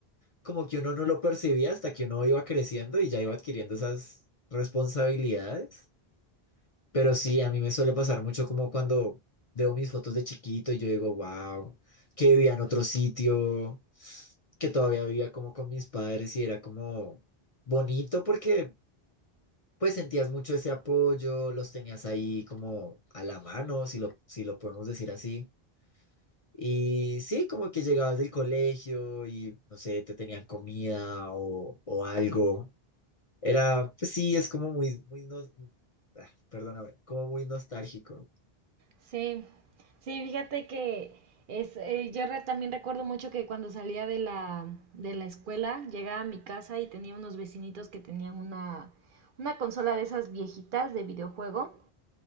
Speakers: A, on the left; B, on the right.
A: como que uno no lo percibía hasta que uno iba creciendo y ya iba adquiriendo esas responsabilidades. Pero sí, a mí me suele pasar mucho como cuando veo mis fotos de chiquito y yo digo, wow, que vivía en otro sitio, que todavía vivía como con mis padres y era como bonito porque pues sentías mucho ese apoyo, los tenías ahí como a la mano, si lo, si lo podemos decir así. Y sí, como que llegabas del colegio y, no sé, te tenían comida o, o algo. Era, pues sí, es como muy, muy, no ah, perdóname, como muy nostálgico.
B: Sí, sí, fíjate que es, eh, yo re- también recuerdo mucho que cuando salía de la, de la escuela, llegaba a mi casa y tenía unos vecinitos que tenían una, una consola de esas viejitas de videojuego